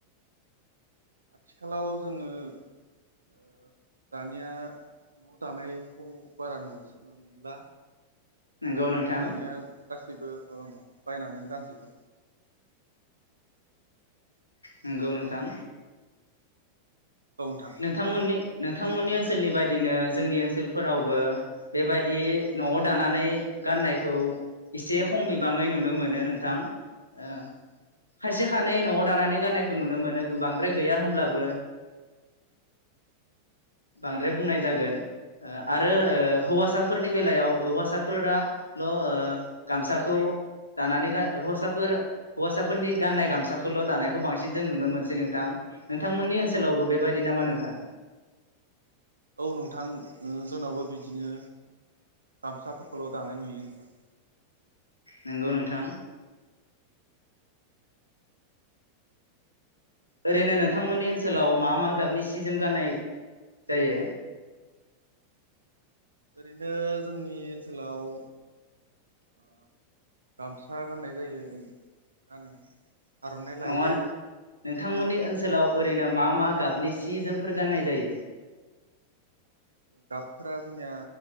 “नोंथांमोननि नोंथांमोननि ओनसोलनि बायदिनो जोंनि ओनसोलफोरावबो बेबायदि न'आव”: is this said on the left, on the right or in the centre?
Left